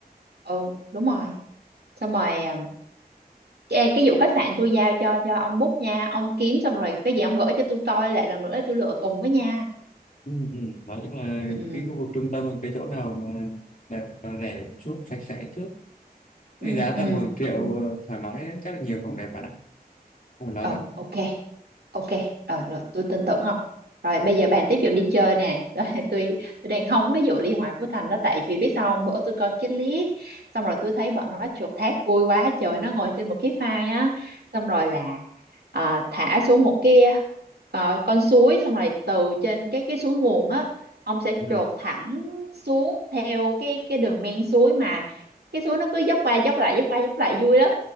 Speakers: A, on the right (about 80°); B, on the left (about 55°).
A: ừ đúng rồi xong rồi à, Ê, cái vụ khách sạn tôi giao cho cho ông book nha ông kiếm xong rồi cái gì ông gửi cho tôi coi lại lần nữa để tôi lựa cùng với nha
B: Ừ. ừ. Nói chung là
A: ừ
B: cái khu vực trung tâm là cái chỗ nào mà đẹp và rẻ một chút, sạch sẽ trước. Cái
A: ừ
B: giá
A: ừ
B: tầm khoảng triệu
A: ừ
B: uh, thoải mái chắc là nhiều phòng đẹp bạn ạ. Không phải lo
A: Ồ, ok. Ok, ờ, rồi tôi tin tưởng không? Rồi bây giờ bàn tiếp vụ đi chơi nè. <laughs> Tôi tôi tôi đang hóng cái vụ Liên Hoan Phú Thành đó tại vì biết sao không? Bữa tôi coi cái clip xong rồi tôi thấy bọn nó chuột thác vui quá trời nó ngồi trên một cái phao á. Xong rồi là à, thả xuống một cái ờ, con suối xong rồi từ trên cái cái suối nguồn á ông sẽ
B: đâu.
A: chuột thẳng xuống theo cái cái đường men suối mà cái suối nó cứ dốc qua dốc lại dốc qua dốc lại vui lắm.